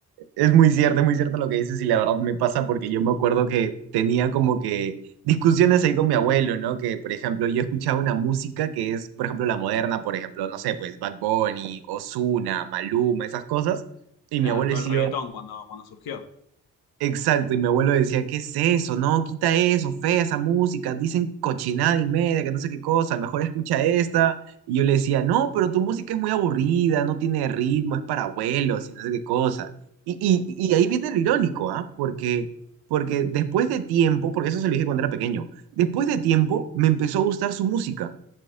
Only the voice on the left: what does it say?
Claro,
todo
el reggaetón cuando, cuando surgió.